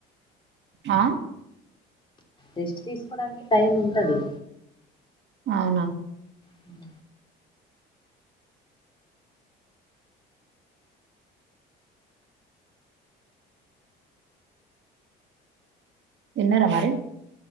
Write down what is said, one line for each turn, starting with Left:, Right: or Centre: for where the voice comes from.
Right: ఆ
Left: రెస్ట్ తీసుకోడానికి టైం ఉంటది
Right: అవున
Left: హ్మ్
Right: తిన్నార మరి